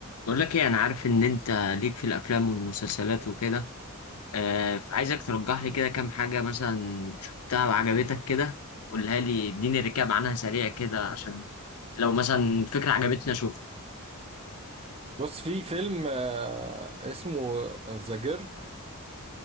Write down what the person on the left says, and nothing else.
بقول لك ايه انا عارف ان انت ليك في الافلام والمسلسلات وكده آه فعايزك ترجح لي كده كام حاجه مثلا شفتها وعجبتك كده قولها لي اديني ريكاب عنها سريع كده عشان لو مثلا فكره عجبتني اشوفها